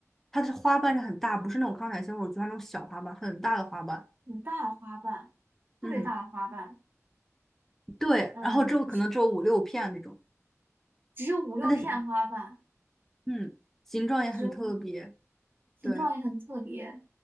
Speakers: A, in the centre; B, on the right.
A: 它的花瓣是很大，不是那种康乃馨，我觉得那种小花瓣，很大的花瓣。
B: 很大的花瓣，特别大的花瓣，
A: 嗯，对，
B: 嗯，
A: 然后只有可能只有五六片那种，
B: 只有五六片花瓣，
A: 它的嗯形状也很特别，
B: 只有形状也很特别。
A: 对。